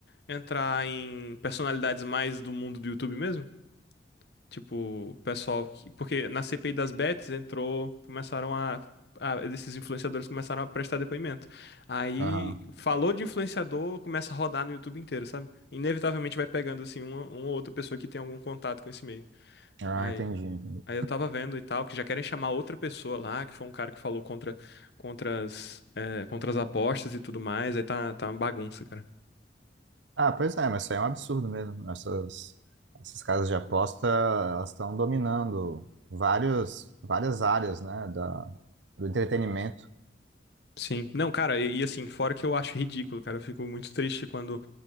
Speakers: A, on the left; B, on the right.
A: entrar em personalidades mais do mundo do YouTube mesmo. Tipo, o pessoal que... Porque na CPI das bets entrou, começaram a, a- Esses influenciadores começaram a prestar depoimento. Aí,
B: Aham.
A: falou de influenciador, começa a rodar no YouTube inteiro, sabe? Inevitavelmente vai pegando, assim, uma, uma ou outra pessoa que tem algum contato com esse meio.
B: Ah,
A: Aí,
B: entendi. entendi.
A: aí eu tava vendo e tal, que já querem chamar outra pessoa lá, que foi um cara que falou contra, contra as, é, contra as apostas e tudo mais. Aí tá, tá uma bagunça, cara.
B: Ah, pois é, mas isso aí é um absurdo mesmo. Essas, essas casas de aposta, elas estão dominando vários, várias áreas, né, da, do entretenimento.
A: Sim. Não, cara, e, e assim, fora que eu acho ridículo, cara, eu fico muito triste quando